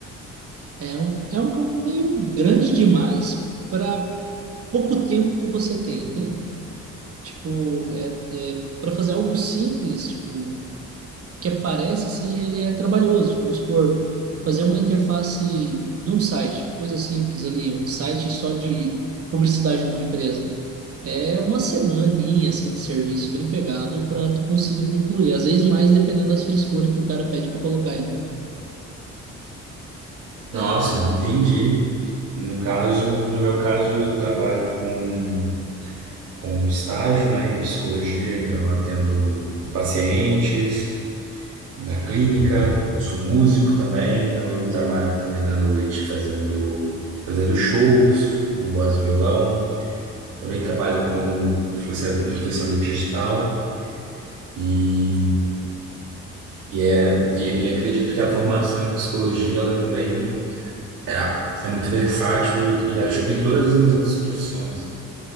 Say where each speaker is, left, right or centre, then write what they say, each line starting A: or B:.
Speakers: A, on the right; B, on the right.
A: É um, é um campo meio grande demais para pouco tempo que você tem, entende? Tipo, é, é, para fazer algo simples, tipo, que aparece, assim, ele é trabalhoso. Tipo, Vamos supor, fazer uma interface de um site, coisa simples ali, um site só de publicidade de uma empresa. É uma semaninha, assim, de serviço bem pegado para tu conseguir concluir. Às vezes mais, dependendo das frescuras que o cara pede para colocar, entende?
B: Nossa, entendi. No caso, no meu caso, eu trabalho com, com estágio, né, em psicologia, então eu atendo pacientes na clínica, eu sou músico também, então eu trabalho também na noite fazendo, fazendo shows com voz e violão, também trabalho como influencia- influenciador digital e, e, é, e, e acredito que a formação em psicologia, ela também é, é muito versátil e ajuda em todas as minhas outras profissões.